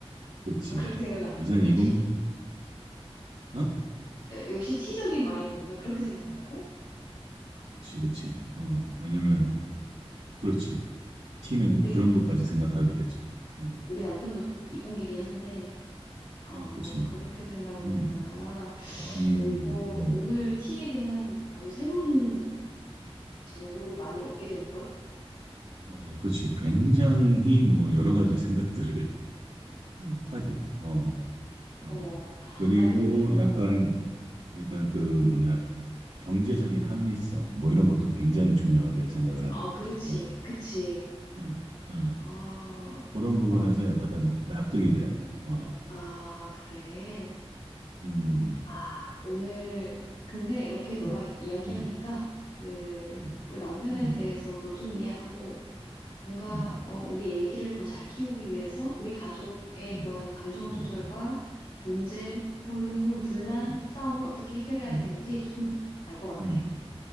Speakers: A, on the right; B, on the left.
A: 좋지.
B: 아, 그렇게 생각 안 하고,
A: 요새는
B: 역시
A: 이공계,
B: 티,
A: 어?
B: 야, 역시 티적인 마인드구나. 그렇게 생각한다고?
A: 그렇지그지 어, 왜냐면, 그렇지. T는
B: 어, 우리,
A: 그런 것까지 생각하게 되지. 응.
B: 우리 남편도 이공계긴 한데, 어,
A: 어, 그지
B: 그렇게 생각을
A: 음,
B: 한다.
A: 음,
B: 어, 이거,
A: 음.
B: 오늘 티에 대한 아주 새로운 정보를 많이 얻게 되는걸?
A: 어, 그지 굉장히 뭐 여러 가지 생각들을 <laughs> 음. 하지. 어, 어,
B: 어,
A: 그리고
B: 아, 근데, 어,
A: 약간, 약간 그 뭐냐, 경제적인 합리성, 뭐 이런 것도 굉장히 중요하게 생각을 하고,
B: 아, 그렇지.
A: 어,
B: 그치.
A: 어, 어,
B: 아,
A: 그런 부분에서
B: 막,
A: 약간 납득이 돼야 돼. 어,
B: 아, 그래.
A: 음,
B: 아, 오늘, 근데 이렇게
A: 음,
B: 너랑 이야기하니까,
A: 음,
B: 그,
A: 음,
B: 우리 남편에
A: 음,
B: 대해서도 좀 이해하고, 뭔가,
A: 음,
B: 어, 우리 애기를 더 잘 키우기 위해서, 우리 가족의
A: 음,
B: 그런 감정
A: 음,
B: 조절과 문제, 혹은 혹은 분란,
A: 음,
B: 싸움을 어떻게 해결해야
A: 음,
B: 되는지 조금 알 것 같아.
A: 음,